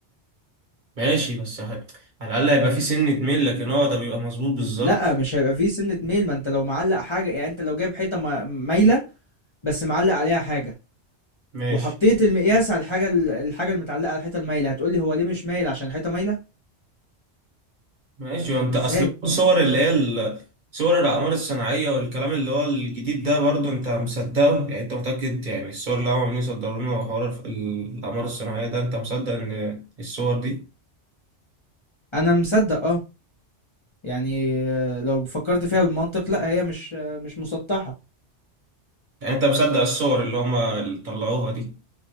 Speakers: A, on the right; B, on the left.
A: ماشي بس هت... على الاقل هيبقى فيه سنه ميل لكن هو ده بيبقى مظبوط بالظبط
B: لا مش هيبقى فيه سنة ميل ما انت لو معلق حاجة يعني انت لو جايب حيطة ما- مايلة بس معلق عليها حاجة
A: ماشي
B: وحطيت المقياس على الحاجة الحاجة المتعلقة على الحيطة المايلة هتقولي هو ليه مش مايل عشان الحيطة مايلة
A: ماشي وانت
B: ازاي
A: اصل الصور اللي هي ال- صور الاعمار الصناعيه والكلام اللي هو الجديد ده برضو انت مصدقه يعني انت متاكد يعني الصور اللي هم عمالين يصدروا لنا وحوار الف- الاعمار الصناعيه ده انت مصدق ان الصور دي
B: انا مصدق اه يعني آه، لو فكرت فيها بالمنطق لا هي مش آه، مش مسطحة
A: يعني انت مصدق الصور اللي هم اللي طلعوها دي